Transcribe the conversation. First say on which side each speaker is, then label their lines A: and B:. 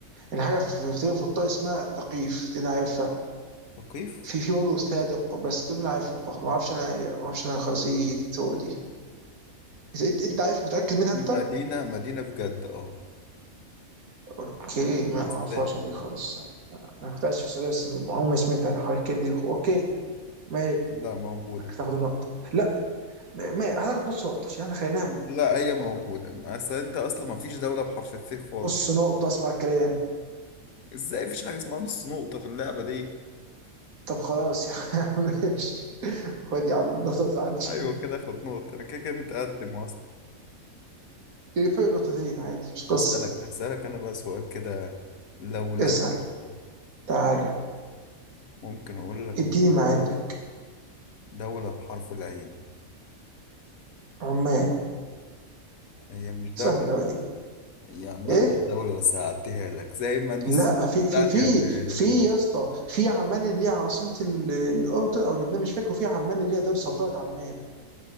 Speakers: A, on the right; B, on the left.
A: يعني حاجه في في في الطائف اسمها ثقيف دي انا عارفها
B: ثقيف
A: في في برضه صادق بس دول اللي انا عارفهم فقط ما اعرفش انا ما اعرفش انا خالص ايه ثول دي انت انت عارف متاكد منها
B: دي
A: انت؟
B: مدينة مدينة في جدة اه
A: اوكي ما
B: على
A: ما
B: الساحل
A: اعرفهاش انا دي خالص انا كنت عايش في السعوديه بس عمري ما سمعت عن حوار الكلمه دي اوكي ماشي
B: لا موجودة
A: هتاخد النقطه لا ما هتاخد نص نقطه عشان احنا خليناها من
B: لا هي موجودة
A: الأول.
B: أصل أنت أصلا مفيش دولة بحرف الث خالص
A: نص نقطه اسمع الكلام
B: إزاي مفيش حاجة اسمها نص نقطة في اللعبة دي
A: طب خلاص يا عم ماشي خد يا عم النقطة زعلتش
B: ايوه كده اخد نقطة انا كده كده متقدم اصلا
A: فرق نقطتين عادي مش
B: اسألك
A: قصة
B: اسألك انا بقى سؤال كده لو لبنته
A: اسأل تعالى
B: ممكن اقول لك
A: اديني
B: مثلا
A: ما عندك
B: دولة بحرف العين
A: عمان
B: هي مش دولة
A: سهلة أوي دي
B: هي عمان
A: ايه؟
B: مش دولة بس هعديها لك زي ما النص
A: لا
B: النقطة
A: في
B: بتاعتي
A: في في
B: هعديها لك
A: في
B: نقطة
A: يا اسطى في عمان اللي هي عاصمة ال- الأردن أو لبنان مش فاكر وفي عمان اللي هي دولة سلطنة عمان